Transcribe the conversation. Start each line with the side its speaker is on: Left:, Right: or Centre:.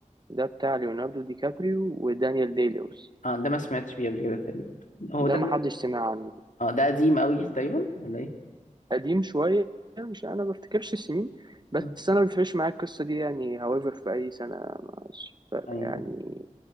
Right: ده بتاع ليوناردو دي كابريو ودانيال دي لويس
Left: اه ده ما سمعتش بيه قبل كده تقريبا هو
Right: ده
Left: ده
Right: ما
Left: ب...
Right: حدش سمع عنه
Left: اه ده قديم قوي تقريبا ولا ايه
Right: قديم شوية مش أنا ما بفتكرش السنين بس
Left: مم.
Right: أنا ما بيفرقش معايا القصة دي يعني however في أي سنة مش فارقة
Left: ايوه
Right: يعني